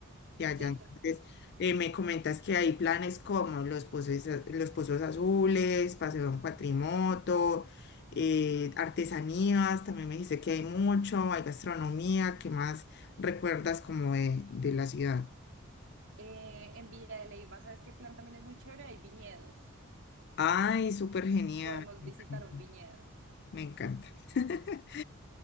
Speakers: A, on the left; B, on the right.
A: Ya,
B: Sí,
A: ya, entonces
B: to-
A: eh, me comentas que hay planes como los pozos, a- los pozos azules, paseo en cuatrimoto, eh, artesanías, también me dijiste que hay mucho, hay gastronomía, ¿qué más recuerdas como de, de la ciudad?
B: eh, en Villa de Leyva, ¿sabes qué plan también es muy chévere? Hay viñedos.
A: Ay, súper genial,
B: Podemos
A: me
B: visitar
A: encanta.
B: un viñedo.
A: me encanta. <laughs>